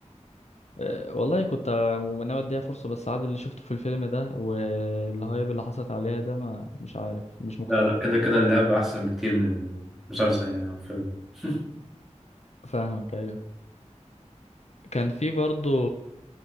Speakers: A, on the left; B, in the centre.
A: أه، والله كنت آه، ناوي اديها فرصة بس عاد اللي شفته في الفيلم ده والهايب اللي حصلت عليها ده ما مش عارف مش مقتنع
B: لا لا كده كده اللعبة أحسن بكتير من المسلسل يعني أو فيلم <laughs>
A: فاهمك ايوه كان في برضو